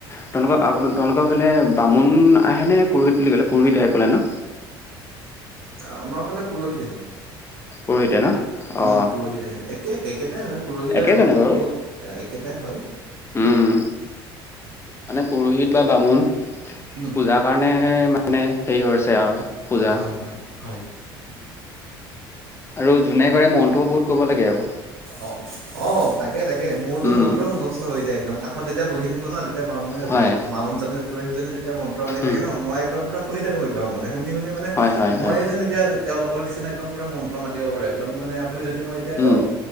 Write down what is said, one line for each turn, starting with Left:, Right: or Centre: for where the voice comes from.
Left: তেওঁলোকৰ আপ তেওঁলোকৰ ফালে- উম আহেনে পুৰোহিত বুলি ক'লে, পুৰোহিত আহে কলে ন।
Right: আমাৰ ফালে পুৰোহিত আহে।
Left: পুৰোহিতে ন। অ
Right: উম পুৰোহিত আহে। একে একেটাই হয় পুৰোহিত
Left: একেজনে
Right: আৰু বামুণ
Left: বাৰু
Right: ক'ব গলে একেটাই হয়।
Left: উম মানে পুৰোহিত বা বামুণ।
Right: উম,
Left: পূজাৰ কাৰণে মানে হেৰি হৈছে আৰু। পূজা
Right: হয় হয়। হয়।
Left: আৰু যোনে কৰে মন্ত্ৰও বহুত ক'ব লাগে আক।
Right: অ অ তাকে তাকে মোৰতো
Left: উম
Right: মন্ত্ৰ মুখস্থ হৈ যায় একদম কাষত যেতিয়া বহি থাকো ন তেত- যেতিয়া মামুণে
Left: হয়
Right: মামুণজনে পুৰোহিতজনে যেতিয়া মন্ত্ৰ মাতি থাকে
Left: উম
Right: ন, মই একদম পুৰা শুনি থাকোঁ একদমানে শুনি শুনি মানে-
Left: হয় হয়।
Right: মই
Left: হয়
Right: যেন এতিয়া তেওঁলোকৰ নিচিনা একদম পূৰা মন্ত্ৰ মাতিব পাৰো। একদম মানে আপুনি যদি মই-
Left: উম
Right: কওক